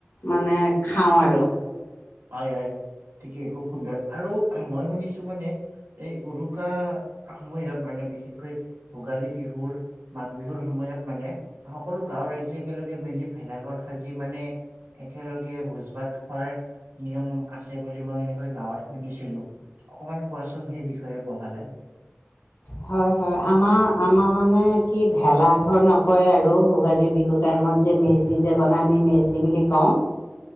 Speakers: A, on the left; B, on the right.
A: মানে খাওঁ আৰু।
B: হয় হয় ঠিকেই খুব সুন্দৰ আৰু মই শুনিছোঁ মানে এই উৰুকা সময়ত মানে বিশেষকৈ ভোগালী বিহুৰ মাঘ বিহুৰ সময়ত মানে সকলো গাঁওৰ ৰাইজে একেলগে মিলি ভেলাঘৰ সাজি মানে একেলগে ভোজ ভাত খোৱাৰ নিয়ম আছে বুলি মই এনেকৈ গাঁৱত শুনিছিলো অকমান কোৱাচোন সেই বিষয়ে বহলাই
A: হয় হয় আমাৰ আমাৰ মানে কি ভেলাঘৰ নকয় আৰু ভোগালী বিহুত টাইমত যে মেজি যে বনায় আমি মেজি বুলি কওঁ